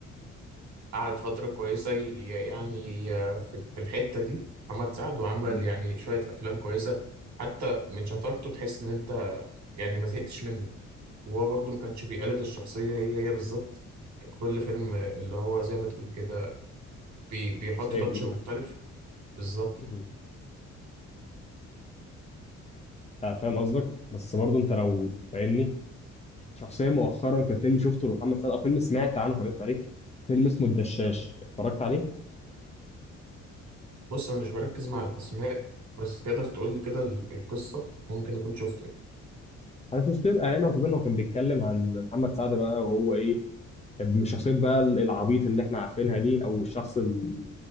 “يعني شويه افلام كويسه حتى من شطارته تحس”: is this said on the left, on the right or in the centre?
Right